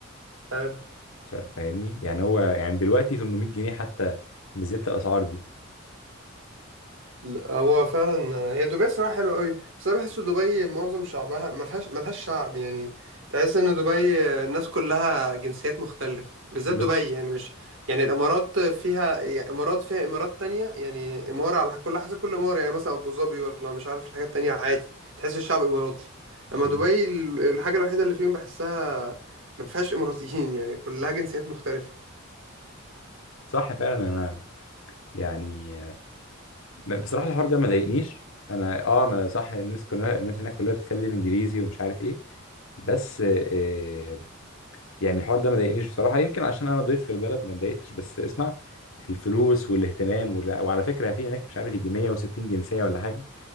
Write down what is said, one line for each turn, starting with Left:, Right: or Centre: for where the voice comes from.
Right: حلو
Left: ف- فاهمني يعني هو يعني دلوقتي 800 جنيه حتى بزيادة الاسعار دي
Right: لا، هو فعلا هي دبي صراحة حلوة قوي بس انا بحس دبي معظم شعبها ما فيهاش ملهاش شعب يعني تحس ان دبي الناس كلها جنسيات مختلفة بالذات
Left: ب...
Right: دبي يعني مش يعني الامارات فيها يعني امارات فيها امارات تانية يعني امارة على كل حسب كل امارة يعني مثلا ابو ظبي ولا مش عارف الحاجات التانية عادي تحس الشعب اماراتي اما
Left: مم.
Right: دبي ال- الحاجة الوحيدة اللي فيهم بحسها ما فيهاش اماراتيين <laughs> يعني كلها جنسيات مختلفة
Left: صح فعلا انا يعني ب- بصراحه الحوار ده ما ضايقنيش انا اه ما صح الناس كلها الناس هناك كلها بتتكلم انجليزي ومش عارف ايه بس آه، يعني الحوار ده ما ضايقنيش بصراحه يمكن عشان انا ضيف في البلد ما اتضايقتش بس اسمع الفلوس والاهتمام وال- وعلى فكره في هناك مش عارف يجي 160 جنسيه ولا حاجه